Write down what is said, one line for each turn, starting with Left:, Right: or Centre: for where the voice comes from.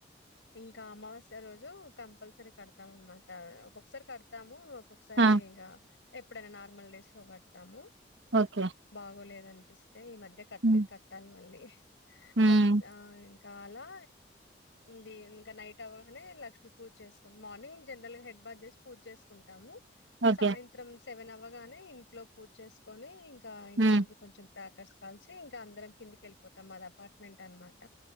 Left: ఇంకా అమావాస్య రోజు కంపల్సరీ కడతాం అనమాట ఒక్కొక్కసారి కడతా తము క్క ఒకసారి
Right: ఆ!
Left: ఇకా ఎప్పుడైనా నార్మల్ డేస్ లో కడతాము
Right: ఓకే
Left: బాగోలేదం అతే ఈ మధ్య కట్టలే
Right: హ్మ్.
Left: కట్టాలి మళ్ళీ <unintelligible>
Right: హ్మ్.
Left: ఆ కాలా ది ఇంక నైట్ అవ్వగానే లక్ష్మీ పూజ చేసుకోని మార్నింగ్ జనరల్ గా హెడ్ బాత్ చేస్ పూజ్జేసుకుంటాము.
Right: ఓకే
Left: సాయంత్రం సెవెన్ అవ్వగానే ఇంట్లో పూజ చేసుకొని, ఇ ఆ ఇంటి
Right: హ్మ్.
Left: ముందు కొంచెం క్రాకర్స్ కాల్చి ఇంక అందరం కిందికి ఎళ్ళిపోతాం మాది అపార్ట్మెంట్ అన్మాట.